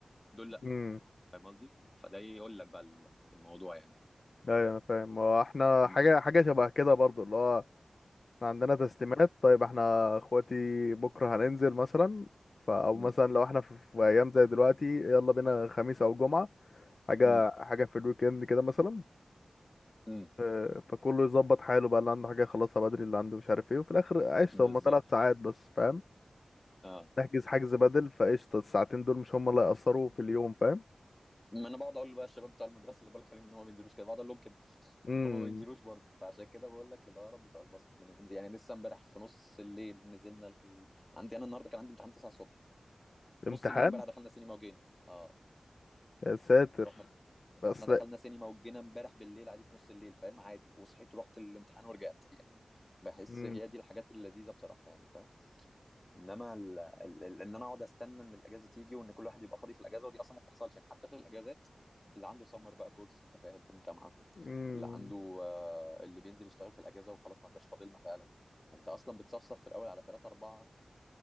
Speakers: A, on the left; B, on the left.
A: دول لا
B: امم
A: فاهم قصدي فده يقول لك بقى ال- الموضوع يعني
B: ايوه انا فاهم هو احنا
A: امم
B: حاجه حاجه شبه كده برضو اللي هو احنا عندنا تسليمات طيب احنا اخواتي بكره هننزل مثلا ف او
A: امم
B: مثلا لو احنا في, في ايام زي دلوقتي يلا بينا خميس او جمعه حاجه
A: امم
B: حاجه في الويكند كده مثلا
A: امم
B: آه، فكله يظبط حاله بقى اللي عنده حاجه يخلصها بدري اللي عنده مش عارف ايه وفي الاخر قشطه
A: بالظبط
B: هما ثلاث ساعات بس فاهم
A: اه
B: نحجز حجز بدل فقشطة الساعتين دول مش هما اللي هيأثروا في اليوم فاهم
A: ما انا بقعد اقول بقى الشباب بتوع المدرسه اللي بقول لك عليهم ان هم ما بينزلوش كده بقعد اقول لهم كده
B: امم
A: هما ما ينزلوش برضه فعشان كده بقول لك الهرب بتوع الباسكت بننزل يعني لسه امبارح في نص الليل نزلنا ال... عندي انا النهارده كان عندي امتحان 9 الصبح في
B: امتحان
A: نص الليل امبارح دخلنا سينما وجينا اه
B: يا ساتر
A: رحنا رحنا
B: بس
A: دخلنا
B: لا
A: سينما وجينا امبارح بالليل عادي في نص الليل فاهم عادي وصحيت ورحت الامتحان ورجعت يعني بحس
B: امم
A: هي دي الحاجات اللذيذه بصراحه يعني فاهم انما ال... ال... ال... ان انا اقعد استنى ان الاجازه تيجي وان كل واحد يبقى فاضي في الاجازه ودي اصلا ما بتحصلش يعني حتى في الاجازات اللي عنده سمر بقى كورس انت فاهم في الجامعه
B: امم
A: واللي عنده آه، اللي بينزل يشتغل في الاجازه وخلاص ما بقاش فاضلنا فعلا فانت اصلا بتصفصف في الاول على ثلاثه اربعه